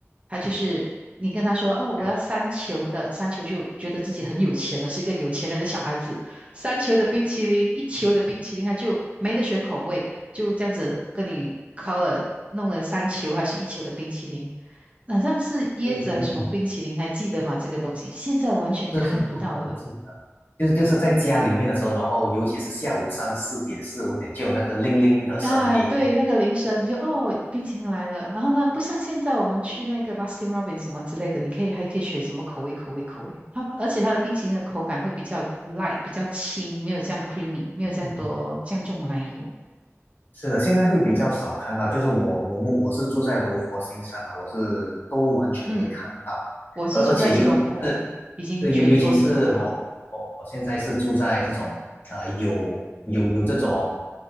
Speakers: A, on the right; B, on the left.
A: 他就是你跟他说哦，我要三球的，
B: 哎
A: 三球就觉得自己很有钱了，是一个有钱人的小孩子。三球的冰淇淋，一球的冰淇淋，他就没得选口味，就这样子跟你敲了弄了三球还是一球的冰淇淋，好像是椰子还是什么冰淇淋，
B: 对对对，
A: 还记得吗？这个东西现在完全看不到了。
B: 是是，我我不记得，就就是在家里面的时候，然后尤其是下午三四点、四五点，就有那个铃铃的声音。
A: 啊，对，那个铃声你就哦，冰淇淋来了。然后呢，不像现在我们去那个 Baskin Robbins 什么之类的，你可以还可以选什么口味，口味，口味。它而且它的冰淇淋的口感会比较 light，比较轻，没有这样 creamy，没有这样多这样重的奶油。
B: 嗯，是的，现在会比较少看到，就是我我们我是住在罗佛新山嘛，我是都完全没看到，
A: 嗯，我是住在吉隆坡，
B: 而而且尤其是
A: 已经绝我已看不到。
B: 对尤尤其是我我我现在是住在这种啊呃有有有这种